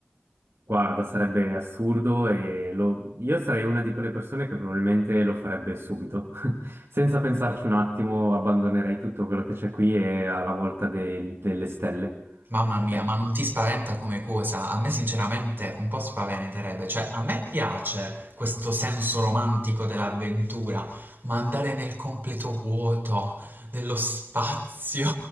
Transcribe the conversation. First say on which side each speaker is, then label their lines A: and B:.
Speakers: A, on the right (about 80°); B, on the right (about 55°).
A: Guarda, sarebbe assurdo e lo- io sarei una di quelle persone che probabilmente lo farebbe subito. <laughs> Senza pensarci un attimo, abbandonerei tutto quello che c'è qui e alla volta de- delle stelle.
B: Mamma mia,
A: Eh,
B: ma non ti spaventa come cosa? A me sinceramente un po' spaventerebbe, cioè a me piace questo senso romantico dell'avventura, ma andare nel completo vuoto, nello spazio,